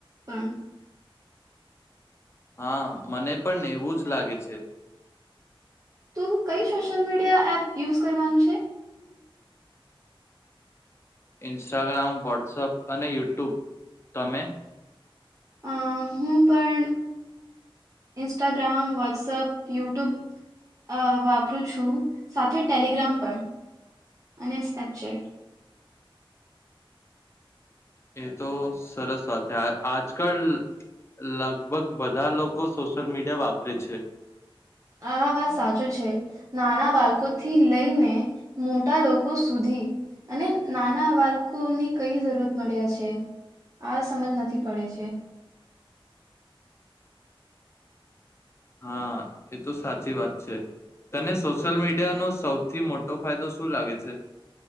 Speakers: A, on the right (about 35°); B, on the left (about 30°).
A: પણ.
B: હા, મને પણ એવું જ લાગે છે.
A: તુ કઈ સોશિયલ મીડિયા એપ યુઝ કરવાનું છે?
B: ઇન્સ્ટાગ્રામ, વોટ્સઅપ અને યુટ્યુબ. તમે?
A: અ હું પણ ઇન્સ્ટાગ્રામ, વોટ્સઅપ યુટ્યુબ અ વાપરું છું, સાથે ટેલિગ્રામ પણ, અને સ્નેપચેટ.
B: એ તો સરસ વાત છે. આ આજકાલ લગભગ બધા લોકો સોશિયલ મીડિયા વાપરે છે.
A: આ વાત સાચું છે. નાના બાલકોથી લઈને મોટા લોકો સુધી, અને નાના બાલકોની કઈ જરૂરત મળ્યા છે, આ સમજ નથી પડે છે.
B: હા, એ તો સાચી વાત છે. તને સોશિયલ મીડિયાનો સૌથી મોટો ફાયદો શું લાગે છે?